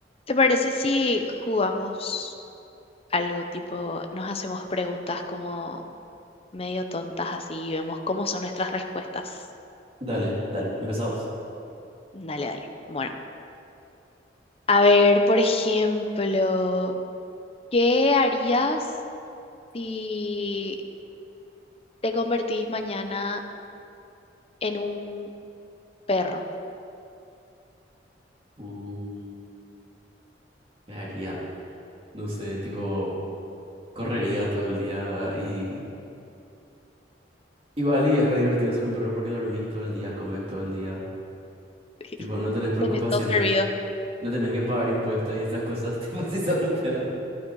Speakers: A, on the left (about 35°); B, on the right (about 30°).
A: ¿Te parece si jugamos algo tipo, nos hacemos preguntas como medio tontas así y vemos cómo son nuestras respuestas?
B: Dale, dale, empezamos.
A: Dale, dale. Bueno, a ver, por ejemplo, ¿qué harías si te convertís mañana en un perro?
B: Mm, ¿qué haría? No sé, tipo, correría todo el día y... Igual y es re divertido ser un perro porque dormís todo el día, comes todo el día.
A: <laughs>
B: Tipo, no tenés preocupaciones,
A: Tenés todo servido.
B: no tenés que pagar impuestos y esas cosas, <laughs> tipo, si sos un perro.